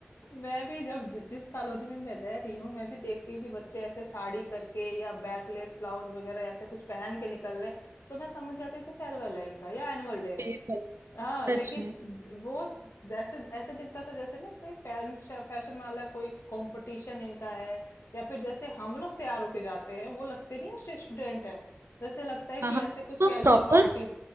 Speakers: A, on the left (about 80°); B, on the right (about 80°).
A: मैं भी जब जि- जिस कॉलोनी में मैं रह रही हूँ मैं भी देखती हूँ कि बच्चे ऐसे साड़ी करके या बैकलेस ब्लाउज वगैरह ऐसे कुछ पहन के निकल रहे हैं, तो मैं समझ जाती थी फेयरवेल है इनका या एनुअल डे
B: फेयरवेल
A: है हाँ लेकिन
B: सच में
A: वो जैसे ऐसे दिखता था जैसे ना कोई फैशन फैशन वाला कोई कंपटीशन इनका है या फिर जैसे हम लोग तैयार होके जाते हैं वो लगते नहीं है स्टूडेंट है जैसे लगता है कि
B: हाँ हाँ
A: ऐसे कुछ
B: तो
A: कैजुअल
B: प्रॉपर
A: पार्टी